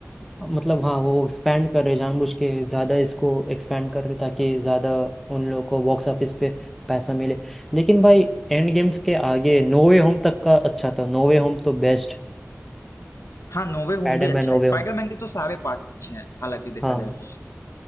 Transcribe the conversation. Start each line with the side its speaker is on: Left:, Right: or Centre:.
Centre: मतलब हाँ वो एक्सपैंड कर रहे हैं जानबूझ के ज़्यादा इसको एक्सपैंड कर रहे हैं ताकि ज़्यादा उन लोगों को बॉक्स ऑफिस पे पैसा मिले लेकिन भाई एंड गेम्स के आगे नो वे होम तक का अच्छा था नो वे होम तो best
Left: हाँ नोवे
Centre: Spiderman
Left: होम भी अच्छा
Centre: no
Left: है स्पाइडरमैन
Centre: way home
Left: के तो सारे पार्ट्स अच्छे हैं हालांकि देखा
Centre: हाँ
Left: जाए तो